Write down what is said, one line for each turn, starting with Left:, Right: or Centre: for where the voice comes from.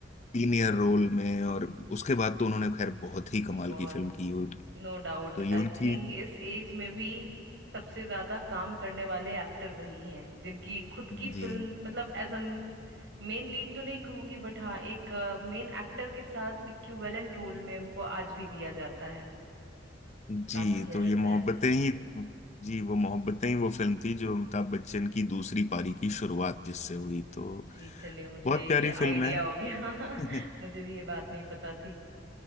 Left: सीनियर रोल में और उसके बाद तो उन्होंने खैर बहुत ही कमाल
Right: बहुत
Left: की फिल्म की और
Right: नो डाउट
Left: तो ये
Right: आई
Left: उनकी
Right: थिंक इस एज में भी सबसे ज्यादा काम करने वाले एक्टर वही हैं जिनकी खुद की
Left: जी
Right: फिल्म मतलब एज अ मेन लीड तो नहीं कहूंगी बट हाँ एक मेन एक्टर के साथ इक्विवेलेंट रोल में उनको आज भी दिया जाता है
Left: जी
Right: कास्ट किया
Left: तो
Right: जाता
Left: ये मोहब्बतें
Right: है
Left: ही जी वो मोहब्बतें ही वो फिल्म थी जो अमिताभ बच्चन की दूसरी पारी की शुरुआत जिससे हुई तो
Right: जी चलिए मुझे
Left: बहुत प्यारी
Right: ये
Left: फिल्म
Right: आइडिया
Left: है
Right: हो गया <laughs>
Left: <laughs>
Right: मुझे भी ये बात नहीं पता थी